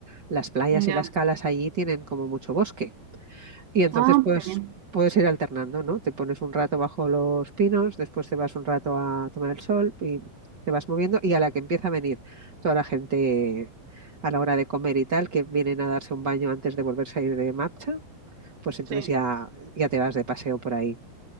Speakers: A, on the right (about 35°); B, on the right (about 80°).
A: las playas
B: ya.
A: y las calas allí tienen como mucho bosque. Y entonces
B: Ah,
A: pues
B: qué bien,
A: puedes ir alternando, ¿no? Te pones un rato bajo los pinos, después te vas un rato a tomar el sol y te vas moviendo y a la que empieza a venir toda la gente a la hora de comer y tal, que vienen a darse un baño antes de volverse a ir de marcha, pues entonces
B: sí.
A: ya, ya te vas de paseo por ahí,